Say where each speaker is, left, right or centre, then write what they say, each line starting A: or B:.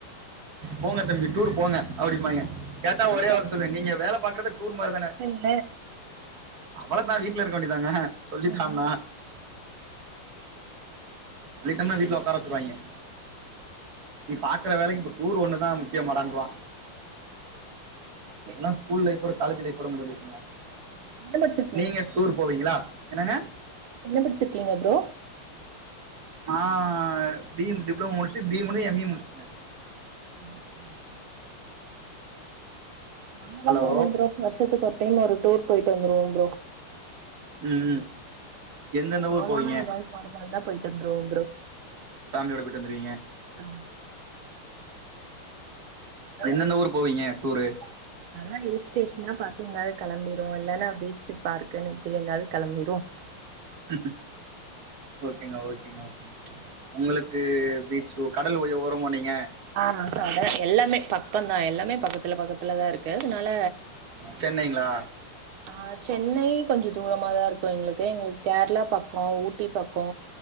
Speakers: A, on the right; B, on the right.
A: போங்க தம்பி டூரு போங்க அப்டிம்பாய்ங்க கேட்ட
B: சும்மா
A: ஒரே வார்த்த சொல் நீங்க வேல பாக்குறதே டூர் மாரி தான
B: ஆ
A: அவளதா வீட்ல இருக்க வேண்டியதாங்க சொல்லிக்காம
B: ம்
A: சொல்லிட்டம்னா வீட்ல ஒக்கார வச்சிருவாய்ங்க பாக் இருக்குற வேலைக்கு இப்ப டூர் ஒன்னு தா முக்கியமாடான்ட்ருவா
B: ஓகே
A: அதெல்லா ஸ்கூல் ஃலைப் காலேஜ் லைஃப் ஓட முடிஞ்சிச்சுங்க
B: <unintelligible>
A: நீங்க டூர் போவீங்களா என்னங்க
B: என்ன படிச்சிருக்கீங்க ப்ரோ
A: நா பி எம் டிப்ளமோ முடிச்சு பி ஏ முடிச்சி எம் ஏ முடிச்சங்க
B: ம் நாங்கல்லா
A: ஹலோ
B: போவோ ப்ரோ வர்ஷத்துக்கு ஒரு டைம் ஒரு டூர் போயிட்டு வந்துருவோ ப்ரோ
A: ம் எந்தெந்த
B: சோலாவா
A: ஊர் போவீங்க
B: எதாது போறதா இருந்தா போயிட்டு வந்துருவோ ப்ரோ
A: ஃபேமியோட போயிட்டு வந்துருவிங்க
B: ஆமா
A: எந்தெந்த ஊரு போவீங்க டூரு
B: நல்லா ஹில் ஸ்டேஷனா பார்த்த நல்லா ஹில்ஸ் ஸ்டேஷனா பாத்து எங்காது கெளம்பிருவோ இல்லன்னா பீச்சு பார்குன்னு இப்டி எங்காது கெளம்பிருவோ
A: ஹ ஓகேங்க ஓகேங்க ஓகேங் ஒங்களுக்கு பீச்சு கடல் ஓய ஓரமோ நீங்க
B: ஆ கட எல்லாமே பக்கந் தா எல்லாமே பக்கத்துல பக்கத்துல தா இருக்கு அதுனால
A: சென்னைங்ளா
B: ஆ சென்னை கொஞ்சொ தூரமா தா இருக்கு எங்ளுக்கு எங்களுக் கேரளா பக்கொ ஊட்டி பக்கொ